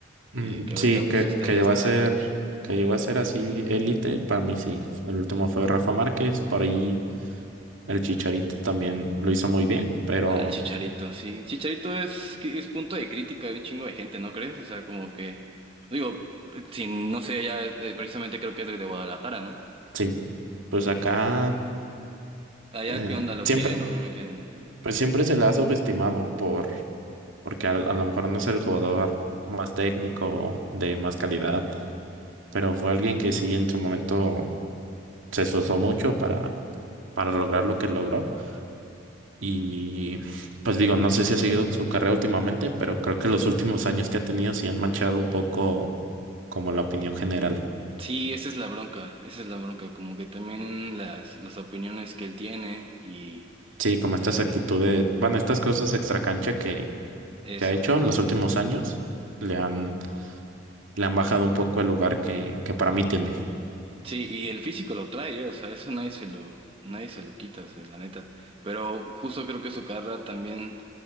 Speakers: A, on the right (about 85°); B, on the right (about 30°).
A: Mm,
B: Que, que
A: sí,
B: ahorita pues
A: que,
B: está
A: que
B: ya
A: llegó
B: está
A: a ser,
B: de.
A: que llegó a ser así élite, para mí sí. El último fue Rafa Márquez, por ahí el Chicharito también lo hizo muy bien, pero
B: Ah, el Chicharito, sí. Chicharito es, que es punto de crítica de un chingo de gente, ¿no crees? O sea, como que. Digo, sin, no sé, ya eh, precisamente creo que es de, de Guadalajara, ¿no?
A: Sí, pues acá
B: Es- allá
A: eh,
B: qué onda, ¿lo
A: siempre,
B: quieren o no lo quieren?
A: pues siempre se le ha subestimado por, porque a, a lo mejor no es el jugador más técnico, de más calidad, pero fue alguien que sí en su momento se esforzó mucho para, para lograr lo que logró. Y pues digo, no sé si ha seguido su carrera últimamente, pero creo que los últimos años que ha tenido sí han manchado un poco como la opinión general.
B: Sí, esa es la bronca, esa es la bronca, como que también las, las opiniones que él tiene y.
A: Sí, como estas
B: eh,
A: actitudes, bueno, estas cosas extracancha que
B: Eso,
A: que ha hecho en los últimos años, le han, le han bajado un poco el lugar que, que para mí tiene.
B: Sí, y el físico lo trae, ¿eh? o sea, eso nadie se lo, nadie se lo quita, o sea, la neta. Pero justo creo que su carrera también,